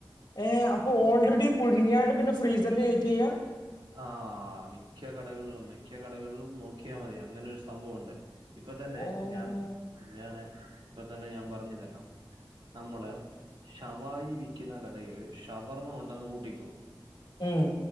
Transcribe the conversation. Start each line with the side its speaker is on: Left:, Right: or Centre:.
Left: ഏഹ് അപ്പൊ ഓൾറെഡി പുഴുങ്ങിയാണ്ട് പിന്നെ ഫ്രീസറിൽ കയറ്റേ ചെയ്യ
Right: ആഹ് മിക്ക കടകളിലും മിക്ക കടകളിലും നോക്കിയാൽ മതി അങ്ങനെരു സംഭവം ഉണ്ട് ഇപ്പ തന്നെ
Left: ഓഹ്
Right: ഞാൻ ഞാന് ഇപ്പൊ തന്നെ ഞാൻ പറഞ്ഞു തരാം നമ്മള് ശവായി വിൽക്കുന്ന കടയിൽ ഷവർമ്മ ഉണ്ടെന്ന് കൂട്ടിക്കോ
Left: ഉം